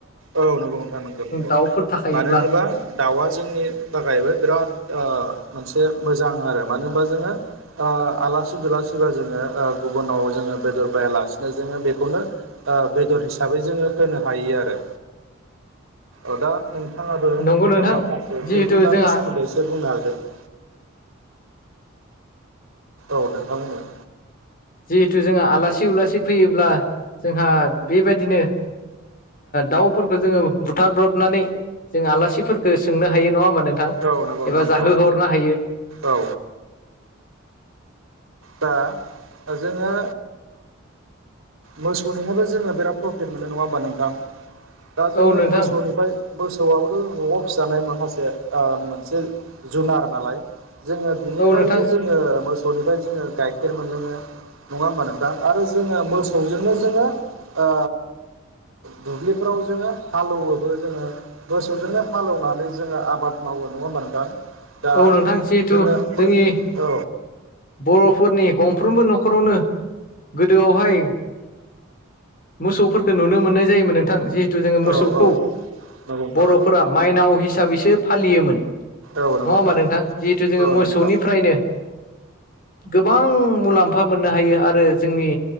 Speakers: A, on the right (about 80°); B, on the left (about 45°).
A: औ नंगौ नोंथां नंगौ नंगौ।
B: दाउफोर थाखायोब्ला
A: मानो होनोबा दाउआ जोंनि थाखायबो बिराद मोनसे मोजां आरो मानो होनबा जोङो आलासि दुलासिबा जोङो गुबुनाव जोङो। बेदर बायालासिनो जोङो बेखौनो बेदर हिसाबै जोङो होनो हायो आरो। औ दा नोंथाङाबो
B: नंगौ नोंथां
A: माखासे
B: जिहेथु
A: जिब जुनारनि
B: जोंहा
A: सोमोन्दै एसे बुंनो हादों। <inaudible> औ नोंथां बुंदो।
B: जिहेथु जोंहा आलासि उलासि फैयोब्ला जोंहा बेबायदिनो दाउफोरखौ जोङो बुथारब्रबनानै जों आलासिफोरखो सोंनो हायो नङा ओमबा नोंथां
A: औ नंगौ नोंथां
B: एबा
A: नंगौ
B: जाहो हरनो हायो।
A: औ दा जोङो मोसौनिहायबो जोङो बिराद प्रफिट मोनो नङा होमबा नोंथां? दा जोङो
B: औ नोंथां
A: मोसौनिफ्राय मोसौआबोथ' न'आव फिसा जानाय माखासे मोनसे जुनार नालाय जोङो बिनिफ्रायबो
B: औ नोंथां
A: जोङो मोसौनिफ्राय जोङो गाइखेर मोनलोङो नङा होमबा नोंथां आरो। जोङो मोस जोङो ओ दुब्लिफोराव जोङो हालौ एवोबो जोङो मोसौजोंनो हाले एवनानै जोङो आबाद मावो। औ नङा ओमबा नोंथां? दा
B: औ नोंथां जिहेथु
A: जोङो मो
B: जोंनि
A: औ
B: बर'फोरनि गंफ्रोमबो न'खरावनो गोदोआवहाय मोसौफोरखौ नुनो मोननाय जायोमोन नोंथां जि हिथु जोङो मोसौखौ
A: औ औ नंगौ नोंथां
B: बर'फोरा माइनाव हिसाबैसो फालियोमोन।
A: औ नंगौ
B: नङा होमबा नोंथां जिहेथु जोङो
A: औ
B: मोसौनिफ्रायनो
A: नंगौ नोंथां
B: गोबां मुलाम्फा मोननो हायो आरो जोंनि